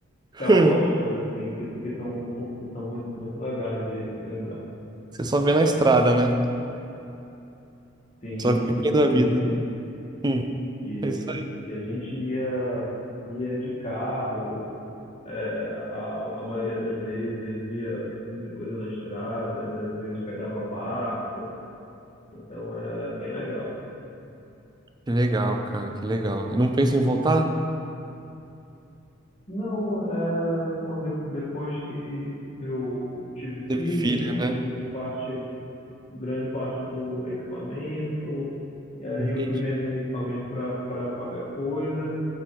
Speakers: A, on the right; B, on the left.
A: <laughs>
B: caóticas assim que que são mu- que são muito muito legais de lembrar.
A: Você só vê na estrada, né?
B: Sim,
A: Só vê vivendo a vida.
B: e
A: Hum,
B: Isso.
A: é isso aí.
B: E a gente ia, ia de carro, é, a, a maioria das vezes ia muita coisa na estrada, às vezes pegava barco, então era bem legal.
A: Que legal, cara, que legal. E não pensa em voltar?
B: Não, é, quando, depois que eu tive
A: Teve
B: filhos,
A: filho,
B: eu vendi
A: né?
B: grande parte, grande parte do equipamento, e aí
A: Entendi.
B: eu fui vendendo equipamento para para pagar coisa,